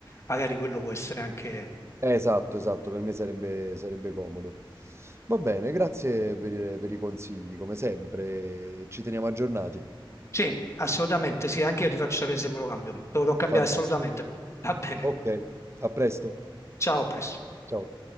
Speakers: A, on the left; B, on the right.
A: magari quello può essere anche...
B: eh, esatto, esatto, per me sarebbe, sarebbe comodo. Va bene, grazie per, i per i consigli, come sempre, ci teniamo aggiornati.
A: Sì, assolutamente, sì, anche io ti faccio sapere se me lo cambio. Dovrò cambiare
B: Fantastico.
A: assolutamente. Va bene,
B: Ok, a presto.
A: ciao, a presto.
B: Ciao.